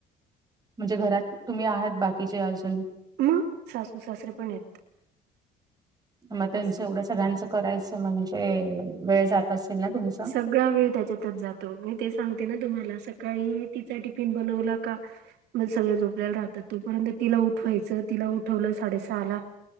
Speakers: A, on the right; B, on the right.
A: म्हणजे घरात तुम्ही आहात बाकीचे अजून.
B: मग सासू सासरीे पण आहेत.
A: मग त्यांचं
B: असं
A: एवढं सगळ्यांचं करायचं म्हणजे वेळ जात असेल ना तुमच.
B: सगळा्या वेळ त्याच्यातच जातो. त मी ते सांगते ना तुम्हाला सकाळी तिचा टिफिन बनवला का. मग सगळं झोपल्याला राहतात तोपर्यंत तिला उठवायचं तिला उठवलं साडेसहा ला.